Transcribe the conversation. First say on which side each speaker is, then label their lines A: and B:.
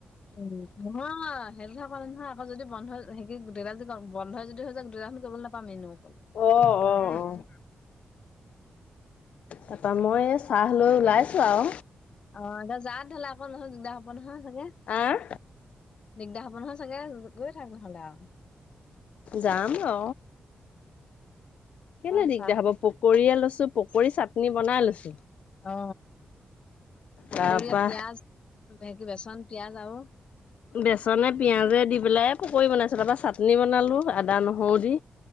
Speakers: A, on the left; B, on the left.
A: উম নহয় সেইটো কথা কোৱা নহয় আকৌ যদি বন্ধ হেই কি গোটেইকেইটা যদি বন্ধই যদি হৈ যায় গোটেইকেইটা কৰিব নে পামে এনেও কল
B: অ
A: সেই কথাটো
B: অ
A: কৈছো
B: অ তাৰপৰা মই এই চাহ লৈ ওলাইছো আও।
A: অ এতিয়া যা তেতিয়া হলে আকৌ নহলে দিগদাৰ হব নহয় চাগে?
B: আহ
A: দিগদাৰ হ'ব নহয় চাগে গৈ থাক নহ'লে আম
B: যাম ৰ কেলে
A: অ
B: দিগদাৰ
A: চাহ
B: হ'ব পকৰীয়ে লৈছো পকৰী চাটনি বনাই লৈছো
A: অ, পকৰীয়ে
B: তাৰপা
A: পিয়াজ ভে কি বেচন, পিয়াজ আৰু
B: বেচনে, পিয়াজে দি পেলাই পকৰি বনাইছোঁ তাৰপৰা চাটনি বনালোঁ আদা, নহৰু দি।